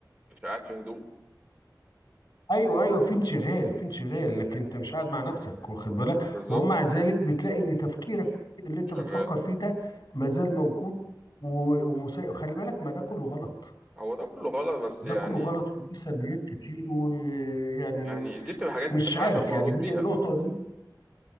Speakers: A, on the right (about 20°); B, on the left (about 60°).
A: انت قاعد في هدوء
B: ايوه ايوه في انشغال في انشغال لكن انت مش قاعد مع نفسك واخد بالك
A: بالظبط
B: ومع ذلك بتلاقي ان تفكيرك اللي انت
A: شغال
B: بتفكر فيه ده مازال موجود و- ومسيء خلي بالك ما ده كله غلط
A: هو ده كله غلط بس
B: ده
A: يعني
B: كله غلط وليه سلبيات كتير ويعني
A: يعني دي بتبقى حاجات
B: مش
A: انت فعلا
B: عارف
A: مولود
B: يعني هي
A: بيها
B: النقطة دي